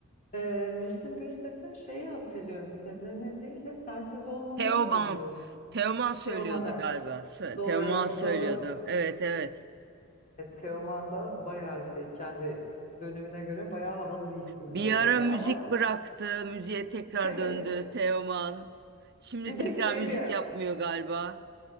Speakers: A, on the left; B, on the right.
A: Ee, Müslüm Gürses'in şeyi hatırlıyorum. Sezen'i değil de Sensiz Olmaz'ı
B: Teoman.
A: hatırlıyorum.
B: Teoman söylüyordu
A: Teoman'ı.
B: galiba. Sö-
A: Doğru,
B: Teoman söylüyordu.
A: doğru.
B: Evet evet.
A: E, Teoman da bayağı şey kendi dönemine göre bayağı havalı bir isimdi
B: Bir
A: öyle
B: ara
A: de
B: müzik
A: ama
B: bıraktı. Müziğe tekrar
A: <laughs>
B: döndü
A: evet
B: Teoman. Şimdi
A: bir
B: tekrar
A: de şey
B: müzik
A: diye
B: yapmıyor galiba.